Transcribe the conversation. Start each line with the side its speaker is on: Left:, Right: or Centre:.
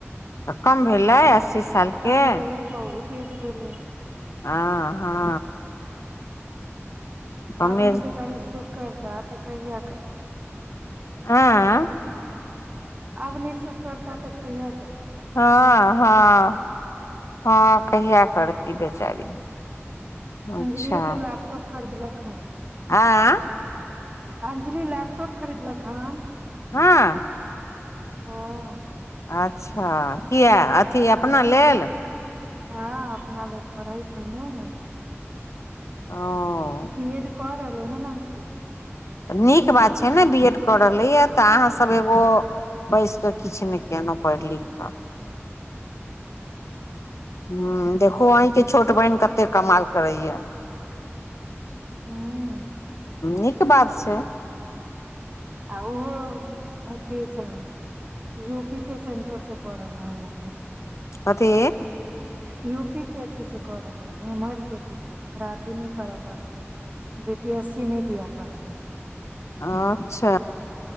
Left: त कम भेलै अस्सी साल
Right: काम
Left: के
Right: भेलै बहुत एज भेलै
Left: हं हँ कमे
Right: आब ने बेचारी सुख करता त कहिया करता
Left: आँ
Right: आब नय सुख करता त कहिया करता
Left: हँ हँ हँ कहिया करती बेचारी
Right: अंजलियो
Left: अच्छा
Right: तऽ लैपटॉप खरीदलक हन
Left: आँ
Right: अंजलि लैपटॉप खरीदलक हन
Left: हँ
Right: हँ
Left: अच्छा किया अथी अपना लेल
Right: हँ अपना ले पढ़ै छै ने
Left: ओ
Right: बी एड कऽ रहलै हन ने अंजलि
Left: नीक बात छै ने बी एड कऽ रहलै य तऽ अहाँसभ एगो बसिकऽ किछ नय केलौं पढ़ि लिखि कऽ हूं देखु अहींके छोट बहिन कत्ते कमाल करैया
Right: हूँ
Left: नीक बात छै
Right: आ ओहो अथि सऽ यू पी के सेंटर सब कऽ रहलै हन अखन
Left: कथी
Right: यूपी के अथि से कऽ रहलै ह ईमहर के अथी से ओकरा अथी नय करऽ पड़तै बी पी एस सी नय दियऽ पड़तै
Left: अच्छा